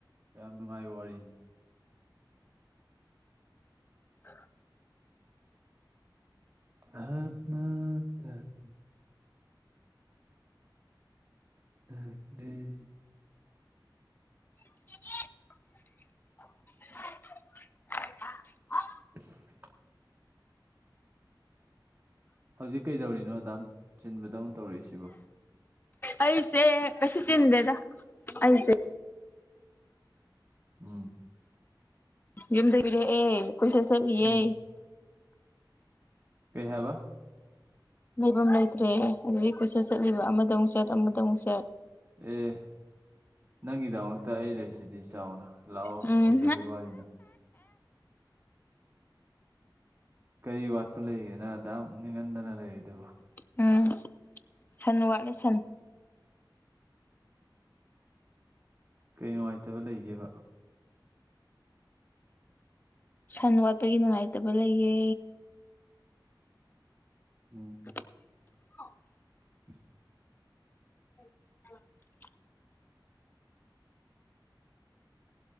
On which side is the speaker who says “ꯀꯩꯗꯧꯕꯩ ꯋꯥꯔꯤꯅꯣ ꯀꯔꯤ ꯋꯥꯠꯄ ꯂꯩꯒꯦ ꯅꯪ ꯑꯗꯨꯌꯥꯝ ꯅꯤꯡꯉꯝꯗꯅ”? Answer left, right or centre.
Right